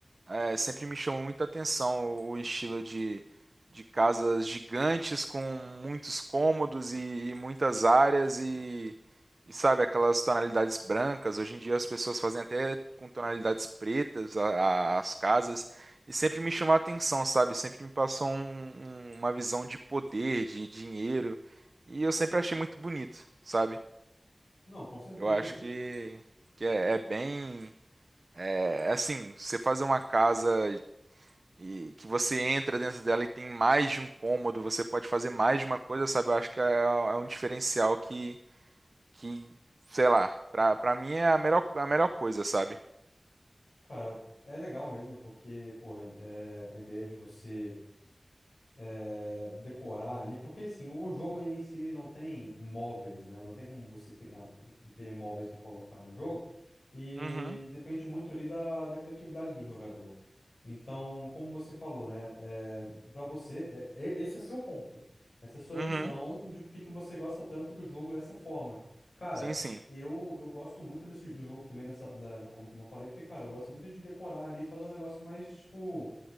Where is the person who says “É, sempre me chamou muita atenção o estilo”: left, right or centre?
Right